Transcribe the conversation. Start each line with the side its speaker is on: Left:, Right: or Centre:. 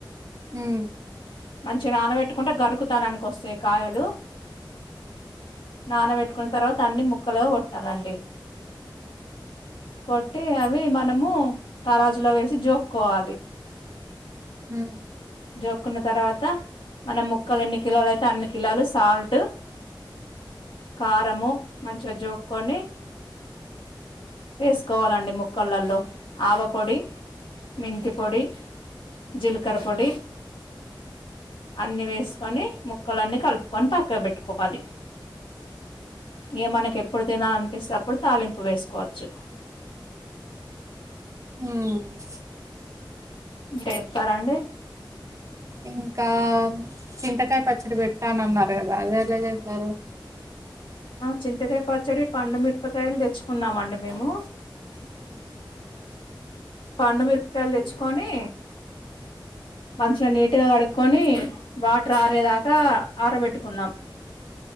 Right: ఉమ్
Left: మంచి నానబెట్టుకుంటే గరుకుతనానికి వస్తాయి కాయలు నానబెట్టు కున్న తర్వాత అన్ని ముక్కలుగ కొట్టాలండి కొట్టి అవి మనము తరాజులో వేసి జోక్కోవాలి
Right: హుమ్
Left: జోక్కున్న తర్వాత మన ముక్కలు ఎన్ని కిలోలు అయితే అన్ని కిలోలు సాల్ట్ కారము మంచిగ జోక్కొని వేసుకోవాలండి ముక్కలల్లో ఆవపొడి మెంతి పొడి, జీలకర పొడి అన్ని వేసుకొని ముక్కలన్నీ కలుపుకొని పక్కకు పెట్టుకోవాలి. ఇగ మనకెప్పు. ఎప్పుడు తినాలనిపిస్తే అప్పుడు తాలింపు వేసుకోవచ్చు.
Right: ఉమ్.
Left: టెంపర అండీ
Right: ఇంకా చింతకాయ పచ్చడి పెట్టాను అన్నారు కదా అదే ఎలా చేసారు
Left: చింతకాయ పచ్చడి పండి మిర్పాకాయలు తెచ్చుకున్నామ అండి మేము పండూమీర కాయలు తెచ్చుకొని మంచిగా నీట్. కడుకొని వాటర్ ఆరేదాకా అరబెట్టుకుంనాము.